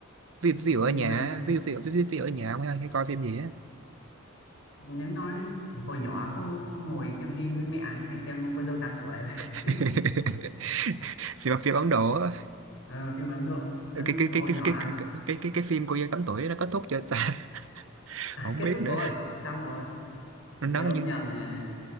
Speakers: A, on the right; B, on the left.
A: ví, ví
B: như
A: dụ ở nhà
B: vậy
A: ví dụ ví dụ, ví dụ ví dụ ở nhà ông hay, hay coi phim gì á
B: nếu nói hồi nhỏ cô ngồi xem phim với mẹ hay xem cô dâu tám tuổi <laughs>
A: <laughs> phim phim Ấn Độ á.
B: Ờ, phim Ấn Độ Ấn-
A: cái cái cái
B: hồi
A: cái
B: nhỏ
A: cái cái cái cái, cái phim cô dâu tám tuổi nó kết thúc chưa ta <laughs>
B: <laughs>
A: không
B: kết
A: biết
B: thúc
A: nữa
B: rồi xong rồi
A: nó
B: nhớ
A: có như
B: không nhầm là